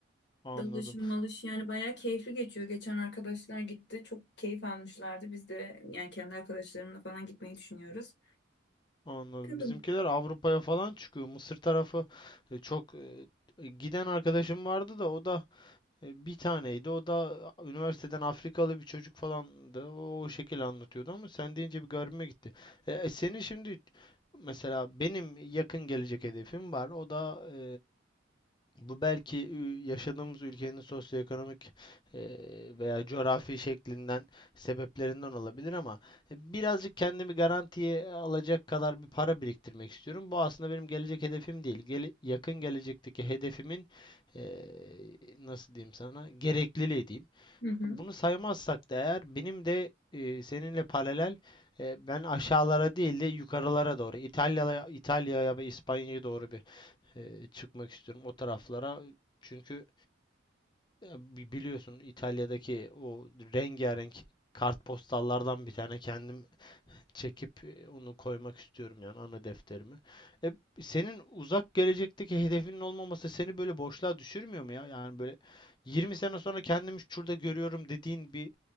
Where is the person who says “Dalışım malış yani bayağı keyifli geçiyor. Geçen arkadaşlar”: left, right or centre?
Left